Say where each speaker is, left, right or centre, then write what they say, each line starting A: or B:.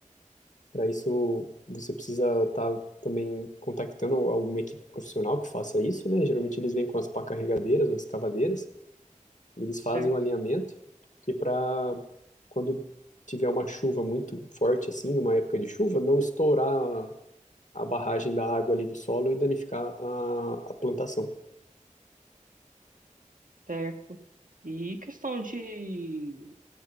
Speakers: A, on the left (about 65°); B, on the right (about 85°).
A: Para isso, você precisa estar também contactando alguma equipe profissional que faça isso, né? Geralmente eles vêm com as pá carregadeiras, ou escavadeiras, e eles fazem
B: certo.
A: um alinhamento que para quando tiver uma chuva muito forte assim, numa época de chuva, não estourar a barragem da água ali do solo e danificar a, a plantação.
B: Certo. E questão de,